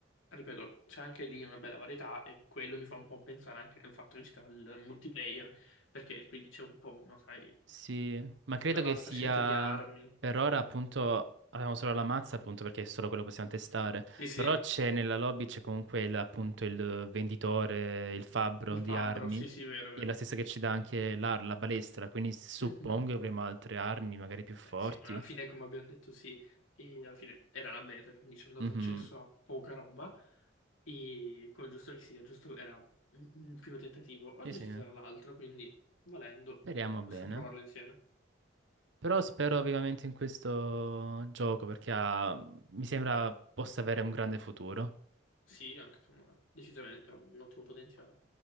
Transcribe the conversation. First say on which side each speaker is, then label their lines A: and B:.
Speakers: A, on the left; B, on the right.
A: ripeto, c'è anche lì una bella varietà e quello mi fa un po' pensare anche al fatto che ci sarà il multiplayer, perché quindi c'è un po', una, sai,
B: Sì, ma credo
A: una vasta
B: che sia
A: scelta di armi.
B: per ora appunto abbiamo solo la mazza appunto perché è solo quello che possiamo testare,
A: Sì, sì.
B: però c'è nella lobby c'è comunque il- appunto il venditore, il fabbro
A: Il fabbro,
B: di armi,
A: sì, sì, vero, vero.
B: che è la stessa che ci dà anche l'ar- la, balestra, quindi suppongo
A: Mhm.
B: che avremo altre armi magari più forti.
A: Beh, sì, ma alla fine, come abbiamo detto, sì, e alla fine era la beta, quindi ci hanno
B: Mhm.
A: dato accesso a poca roba. E come giusto che sia, giusto era un un primo tentativo. Oggi
B: Sì, sì,
A: ci sarà l'altro, quindi volendo
B: speriamo
A: possiamo
B: bene.
A: provarlo insieme.
B: Però spero vivamente in questo gioco perché ha- mi sembra possa avere un grande futuro.
A: Sì, anche secondo me, decisamente ha un ottimo potenziale.